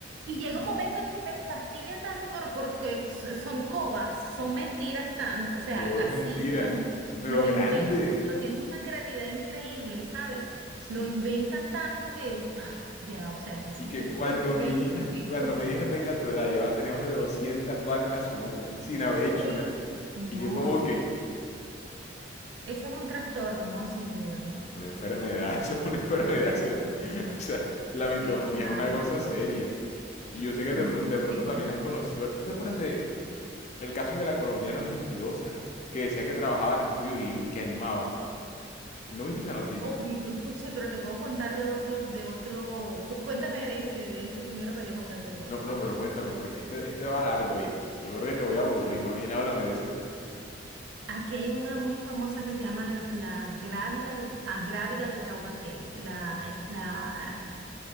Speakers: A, on the right; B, on the left.
A: Y llega
B: Y
A: un momento en que te fastidia tanto por, porque s- son cobas, son mentiras tan, o sea,
B: todo
A: así
B: es mentira,
A: tan,
B: pero
A: lo
B: grande.
A: inventan, pero tienen una creatividad increíble, ¿sabes?
B: Sí.
A: Lo inventan tanto que, ay, ya, o sea, es-
B: Y
A: ese
B: que cuando
A: creo
B: mi
A: que
B: hija,
A: yo soy bien
B: cuando
A: estúpida.
B: mi hija tenga tu edad, ya va a tener más de 200 vacas a su nombre, sin haber hecho
A: ¿Ves?
B: nada.
A: No,
B: Y yo como
A: ese,
B: que,
A: ese es un trastorno, ¿no? Sin duda, ¿no?
B: Una enfermedad, <laughs> eso es una enfermedad
A: Enfermedad,
B: seria.
A: sí,
B: <laughs> O sea, la mitomanía
A: sí, claro,
B: es una cosa seria. Y yo sé que
A: muy
B: de, pro- de
A: seria.
B: pronto también has conocido. ¿Tú te acuerdas de el caso de la colombiana mentirosa que decía que trabajaba en Estudio Ghibli, que animaba? ¿No viste esa noticia?
A: Oye, yo escuché, <laughs> pero te puedo contar de otro, de otro, pu- cuéntame de ese, de ese primero para yo contarte del otro.
B: No, no, pero cuéntame, porque este, este va largo, ¿viste? Y Yo creo que te voy a aburrir, más bien háblame de ese tú.
A: Aquí hay una muy famosa que se llama la, la grávida de, ah, grávida de Taubaté, la, eh, la,